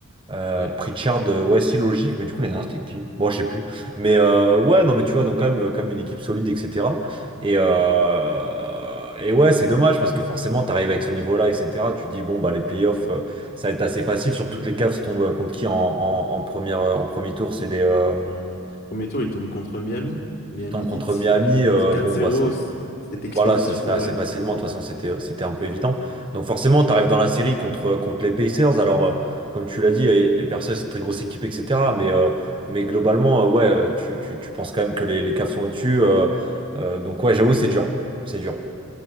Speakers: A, on the right; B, on the left.
A: Euh,
B: ouais
A: Pritchard, euh, ouais, si logique, mais du coup, les nains, c'était qui? Moi, je sais plus. Mais euh, ouais, non, mais tu vois, donc quand même, quand même une équipe solide, etc. Et, euh, et ouais, c'est dommage parce que forcément, t'arrives avec ce niveau-là, etc. Tu te dis, bon, bah, les playoffs, euh, ça va être assez facile, surtout que les Cavs tombent euh, contre qui en, en, en première, euh, en premier tour, c'est les. euh,
B: Premier tour, il tombe contre Miami. Miami
A: ils tombent contre
B: Heat.
A: Miami, euh,
B: quatre
A: bon
B: zéro.
A: bah ça,
B: c'est c'est expéditif
A: voilà, ça se fait
B: en
A: assez
B: vrai.
A: facilement. De toute façon, c'était, c'était un peu évident. Donc forcément, tu arrives dans la série contre, contre les Pacers. Alors, euh, comme tu l'as dit, eh, les Pacers, c'est une très grosse équipe, etc. Mais, euh, mais globalement, euh, ouais, euh, tu, tu, tu penses quand même que les, les Cavs sont au-dessus. euh, euh, donc ouais, j'avoue, c'est dur. C'est dur.